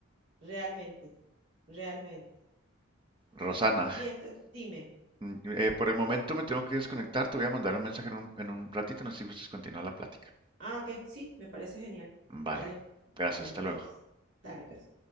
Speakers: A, on the right; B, on the right.
A: realmente, realmente.
B: Rosana,
A: Y entonces, dime.
B: Mm, eh, por el momento me tengo que desconectar, te voy a mandar un mensaje en un, en un ratito, no sé si gustas continuar la plática.
A: Ah, ok, sí, me parece genial.
B: Vale,
A: Dale,
B: gracias,
A: dale
B: hasta
A: pues,
B: luego.
A: dale pues.